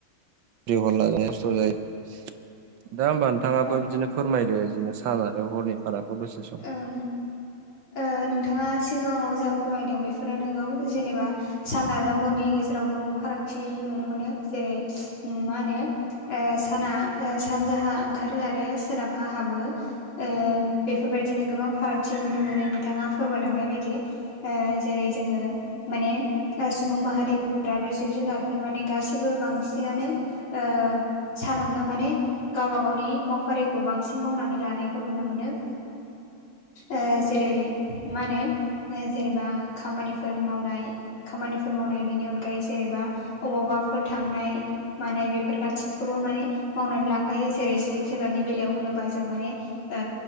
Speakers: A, on the right; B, on the left.
A: <unintelligible> दा होमबा नोंथाङाबो
B: औ
A: बिदिनो फोरमायदो बिदिनो सान आरो हरनि फारागखौ दसे सम।
B: औ ओ नोंथाङा सिगाङाव जा फोरमायदों बेफोरो नोंगौ जेनेबा सान आरो हरनि गेजेराव गोबां फारागथि नुनो मोनो जेरै ओम मा होनो ओ साना सानजाहा ओंखारो आरो सोनाबहा हाबो। ओ बेफोर बायदिनो गोबां फारागथि नुनो मोनो नोंथाङा फोरमायलांनाय बायदि ओ जेरै जोङो माने ओ सुबुं माहारिफोर आरो जिब जुनारफोर माने गासिबो बांसिनानो ओ सानावनो माने गावबा गावनि मावफारिखौ बांसिन मावनानै लानायखौ नुनो मोनो। ओ जेरै मा होनो जेनेबा खामानिफोर मावनाय खामानिफोर मावनाय बेनि अनगायै जेनेबा अबावबाफोर थांनाय मानाय बेफोर गासैखौबो माने मावनानै लाखायो जेरै जिब जुनारनि बेलायाव होनोबा जों माने ओ